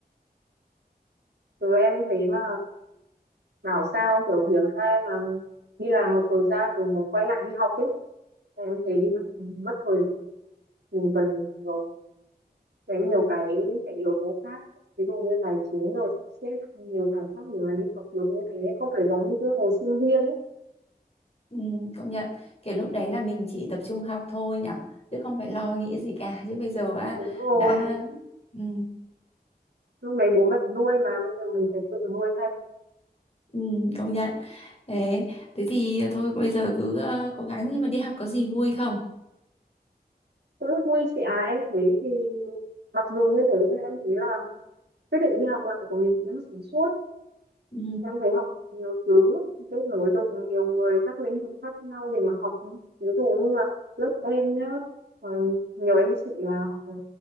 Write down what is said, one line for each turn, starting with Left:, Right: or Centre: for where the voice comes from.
Right: rồi em thấy mà bảo sao kiểu hiếm ai mà đi làm một thời gian rồi muốn quay lại đi học ấy em thấy đi học mất thời gian. mình cần nhiều cái nhiều cái cái yếu tố khác ví dụ như tài chính rồi sắp xếp nhiều giải pháp để mà đi học được như thế không phải giống như cái hồi sinh viên ấy
Left: Ừ, công nhận. Kiểu lúc đấy là mình chỉ tập trung học thôi nhở. Chứ không phải lo nghĩ gì cả. Chứ bây giờ à,
Right: đúng rồi
Left: đã... Ừ,
Right: lúc đấy bố mẹ nuôi mà bây giờ mình phải tự nuôi thân
Left: ừ, công nhận. Thế, thế thì thôi bây giờ cứ ờ, cố gắng nhưng mà đi học có gì vui không?
Right: cũng vui chị à em thấy thì mặc dù như thế nhưng em thấy là quyết định đi học lại của mình cũng sáng suốt
Left: Ừ.
Right: em phải học nhiều thứ kết nối được nhiều người các lĩnh vực khác nhau để mà học ví dụ như là lớp em nhá ờ, nhiều anh chị là học